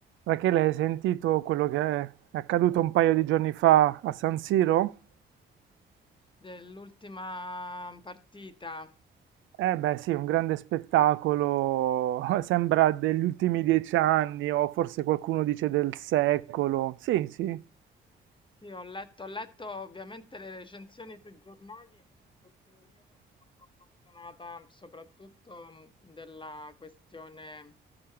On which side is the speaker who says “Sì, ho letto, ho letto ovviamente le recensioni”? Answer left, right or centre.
Left